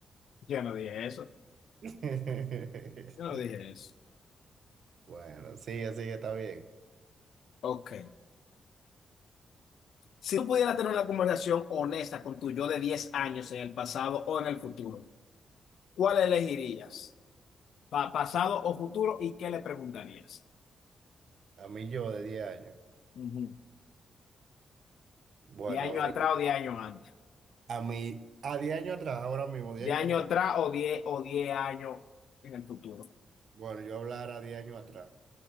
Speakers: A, on the left; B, on the right.
A: Yo no dije eso,
B: <laughs>
A: yo no dije eso.
B: Bueno, sí, así está bien.
A: Ok. Si tú pudieras tener una conversación honesta con tu yo de 10 años en el pasado o en el futuro, ¿cuál elegirías? Pa- ¿Pasado o futuro? ¿Y qué le preguntarías?
B: A mí yo de 10 años.
A: Ujú.
B: Bueno,
A: ¿De año atrás
B: a mí,
A: o 10 años antes?
B: a mí- a 10 años atrás, ahora mismo, 10
A: ¿De año
B: años atrás.
A: atrás o 10 o 10 años en el futuro?
B: Bueno, yo hablara diez años atrás